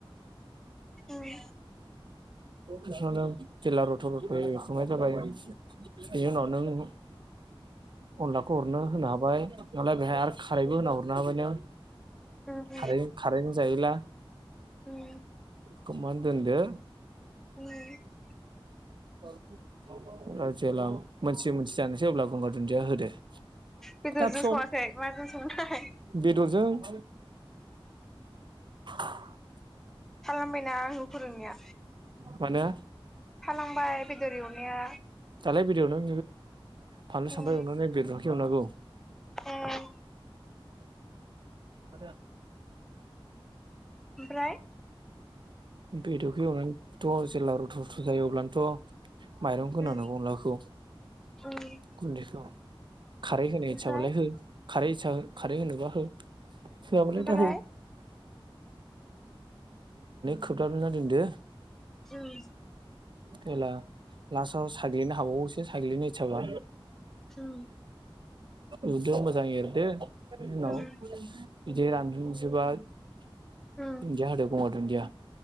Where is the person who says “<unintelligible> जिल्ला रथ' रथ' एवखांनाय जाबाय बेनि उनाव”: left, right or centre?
Right